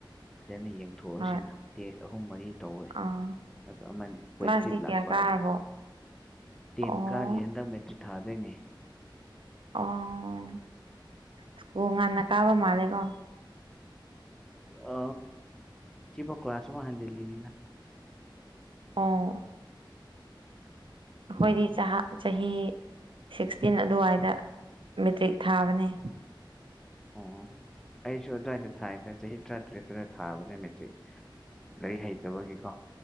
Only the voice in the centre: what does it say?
ꯐꯖꯅ ꯌꯦꯡ ꯄꯨ ꯊꯣꯛꯑꯁꯤꯅ
ꯇꯦꯁ ꯑꯍꯨꯝ ꯃꯔꯤ ꯇꯧꯋꯦ
ꯑꯗꯣ ꯑꯃ ꯄꯣꯖꯤꯇꯤꯚ
ꯂꯥꯛꯄ
ꯑꯗ ꯇꯦꯟ
ꯀꯥꯔꯤ ꯍꯟꯗꯛ ꯃꯦꯇ꯭ꯔꯤꯛ ꯊꯥꯗꯣꯏꯅꯦ
ꯑ ꯁꯤꯐꯧ ꯀ꯭ꯂꯥꯁ ꯃꯥ ꯍꯥꯟꯖꯦꯜꯂꯤꯅꯤꯅ
ꯑꯣ ꯑꯩꯁꯨ ꯑꯗꯨꯋꯥꯏꯗ ꯊꯥꯏꯗꯅ ꯆꯍꯤ ꯇꯔꯥ ꯇꯔꯦꯠ ꯇꯔ ꯊꯥꯕꯅꯦ ꯃꯦꯇꯔꯤꯛ ꯂꯥꯢꯔꯤꯛ ꯍꯩꯇꯕꯒꯤꯀꯣ